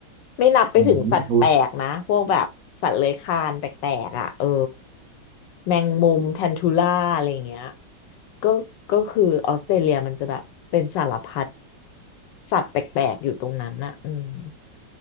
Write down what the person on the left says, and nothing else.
ไม่นับไปถึงสัตว์แปลกนะพวกแบบสัตว์เลื้อยคลานแปลกๆอ่ะเออ
แมงมุมแทนทูล่าอะไรอย่างเงี้ยก็ก็คือออสเตรเลียมันจะแบบเป็นสารพัดสัตว์แปลกๆอยู่ตรงนั้นน่ะอืม